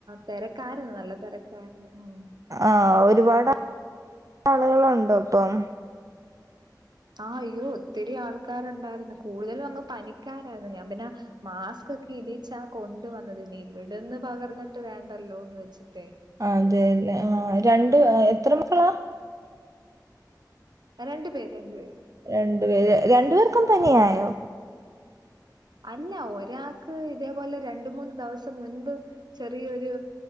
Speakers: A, on the right; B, on the right.
A: തിരക്കായിരുന്നു നല്ല തിരക്കായിരുന്നു മ്
B: ആ ഒരുപാട് ആളുകളുണ്ടോ ഇപ്പം.
A: ആ അയ്യോ ഒത്തിരി ആൾക്കാരുണ്ടായിരുന്നു കൂടുതലും അങ്ങ് പനിക്കാരായിരുന്നു ഞാൻ പിന്നെ മാസ് -- ക്കൊക്കെ ഇടിച്ചാ കൊണ്ട് വന്നത് ഇനി ഇവിടെന്ന് പകർന്നിട്ട് വേണ്ടല്ലോ എന്ന് വെച്ചിട്ടേ
B: ആ അതെല്ല ആ രണ്ട് എത്ര മക്കളാ
A: രണ്ടു പേര് രണ്ടു പേര്
B: രണ്ടു പേര് രണ്ട് പേർക്കും പനിയായോ
A: അല്ല ഒരാൾക്ക് ഇതേപോലെ രണ്ട് മൂന്ന് ദിവസം മുൻപ് ചെറിയൊരു